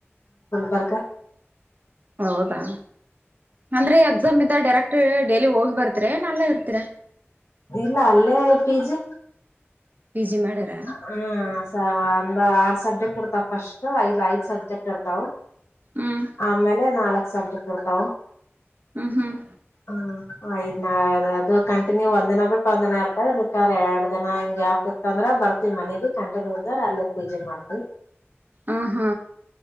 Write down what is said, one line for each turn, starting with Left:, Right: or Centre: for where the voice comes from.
Left: ಬರ್ಗ
Right: ಹೌದಾ ಅಂದ್ರೆ ಎಕ್ಸಾಮ್ ಇದ್ದ ಡೈರೆಕ್ಟ್ ಟ ಡೈಲಿ ಹೋಗಿ ಬರ್ತ್ರ ನಲ್ಲ ಇರ್ತರ
Left: ಇಲ್ಲ ಅಲ್ಲೇ ಪಿಜಿ.
Right: ಪಿ ಜಿ ಮಾಡ್ಯಾರ
Left: ಹ್ಮ ಸ ವಂದಾ ಸಬ್ಜೆಕ್ಟ್ ಇರ್ತಾವ ಫಸ್ಟ್ ಐದ್ ಐದ್ ಸಬ್ಜೆಕ್ಟ್ ಇರ್ತಾವ.
Right: ಹ್ಮ್
Left: ಆಮೇಲೆ ನಾಲ್ಕ್ ಸಬ್ಜೆಕ್ಟ್ ಇರ್ತಾವ.
Right: ಹ್ಮ್ ಹ್ಮ್.
Left: ಹ್ಮ್ ಐದ್ನ ಅದ್ ಅದು ಕಂಟಿನ್ಯೂ ಒಂದ್ ದಿನ ಬಿಟ್ಟು ಒಂದ್ ದಿನ ಇರ್ತಕ್ಕ್ರ ಎರಡ್ ದಿನ ಹಂಗ್ಯಾಪ್ ಇತ್ತ ಅಂದ್ರ ಬರ್ತಿವಿ ಮನೆಗ ಕಂಟಿನ್ಯೂ ಇದ್ರ ಅಲ್ಲೆ ಪೂಜೆ ಮಾಡ್ತಿವಿ.
Right: ಹ ಹಾ.